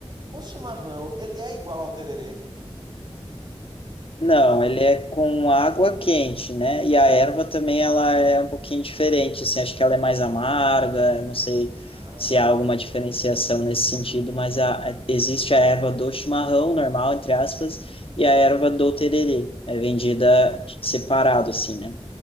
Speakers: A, on the right; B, on the left.
A: o chimarrão, ele é igual ao tererê?
B: Não,
A: A leite
B: ele é
A: e
B: com
A: tal,
B: água
A: né?
B: quente, né? E a erva também ela é um pouquinho diferente, assim, acho que ela é mais amarga, não sei
A: Ah,
B: se há alguma
A: ok.
B: diferenciação nesse sentido, mas a, a- existe a erva do chimarrão normal, entre aspas, e a erva do tererê, é vendida separado, assim, né?